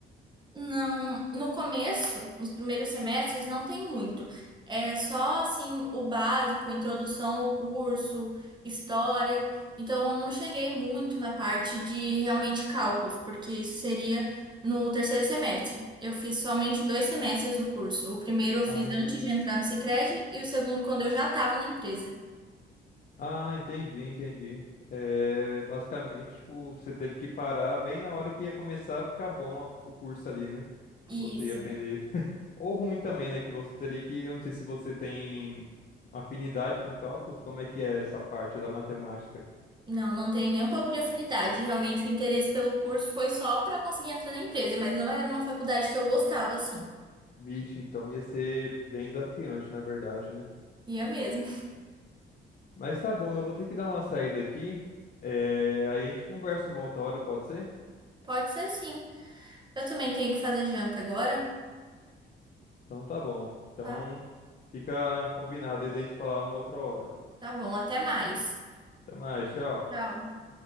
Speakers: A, on the right; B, on the left.
A: Não, no começo, nos primeiros semestres, não tem muito. É só assim o básico, introdução ao curso, história. Então eu não cheguei muito na parte de realmente cálculos, porque isso seria no terceiro semestre. Eu fiz somente dois semestres do curso. O primeiro eu fiz
B: Ah,
A: antes de entrar no Sicredi e o segundo quando eu já estava na empresa.
B: Ah, entendi, entendi. É, basicamente, tipo, você teve que parar bem na hora que ia começar a ficar bom a- o curso ali, né? Que
A: Isso.
B: você ia aprender. Ou ruim também, né? Que você teria que, eu não sei se você tem afinidade com cálculos, como é que é essa parte da matemática?
A: Não, não tem nem um pouco de afinidade. Realmente o interesse pelo curso foi só para conseguir entrar na empresa, mas não era uma faculdade que eu gostava assim.
B: Vixe, então ia ser bem desafiante, na verdade, né?
A: Ia mesmo.
B: Mas tá bom, eu vou ter que dar uma saída aqui. É, aí a gente conversa uma outra hora, pode ser?
A: Pode ser sim. Eu também tenho que fazer janta agora,
B: Então tá bom. Então
A: tá?
B: fica combinado aí de a gente falar uma outra hora.
A: Tá bom, até mais.
B: Até mais, tchau.
A: Tchau.